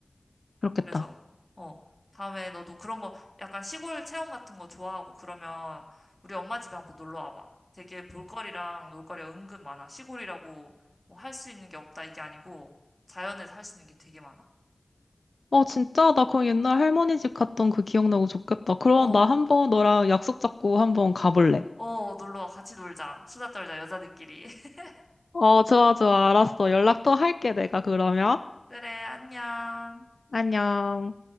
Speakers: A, on the left; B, on the left.
A: 그렇겠다.
B: 그래서, 어, 다음에 너도 그런 거, 약간 시골 체험 같은 거 좋아하고 그러면 우리 엄마 집에 한번 놀러 와봐. 되게 볼거리랑 놀거리가 은근 많아. 시골이라고 뭐 할 수 있는 게 없다 이게 아니고 자연에서 할 수 있는 게 되게 많아.
A: 어, 진짜? 나 그거 옛날 할머니 집 갔던 그 기억나고 좋겠다. 그럼
B: 어, 어,
A: 나 한번 너랑 약속 잡고 한번 가볼래.
B: 어, 놀러 와. 같이 놀자. 수다 떨자, 여자들끼리. <laughs>
A: 어, 좋아, 좋아. 알았어. 연락 또 할게, 내가 그러면.
B: 그래, 안녕.
A: 안녕.